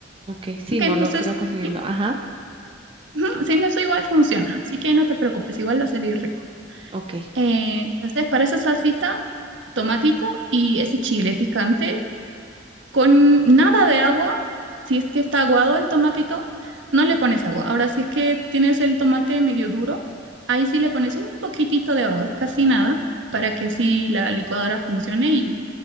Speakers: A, on the right; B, on the right.
A: Ok, sí,
B: Ok,
A: no
B: entonces,
A: logró conseguirlo.
B: sin,
A: Ajá,
B: ujú, sin eso igual funciona, así que no te preocupes, igual va a salir rico.
A: ok.
B: Eh, entonces, para esa salsita, tomatito y ese chile picante, con nada de agua, si es que está aguado el tomatito, no le pones agua. Ahora, si es que tienes el tomate medio duro, ahí sí le pones un poquitito de agua, casi nada, para que sí la licuadora funcione y,